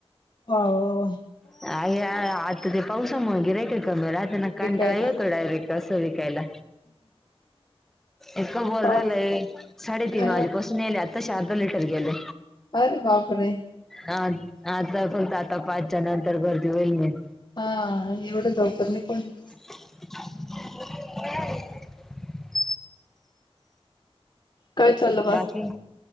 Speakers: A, on the left (about 45°); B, in the centre.
A: हो.
B: अ आता ते पावसामुळे
A: नाही.
B: गिरायक कमी राता ना
A: दूध
B: कंटाला
A: विकायला
B: येतो डायरेक्ट. कसं विकायला. इतक बोर
A: पाऊस
B: झालंय साडेतीन
A: अ
B: वाजेपासून येल्या. आता शी अर्धा लिटर गेले
A: अरे बापरे
B: आ आता फक्त आता पाच त्याच्या नंतर गर्दी होईल मेट
A: हा एवढे लवकर नाही कोण येत.
B: ह.
A: काय चाललं
B: बाकी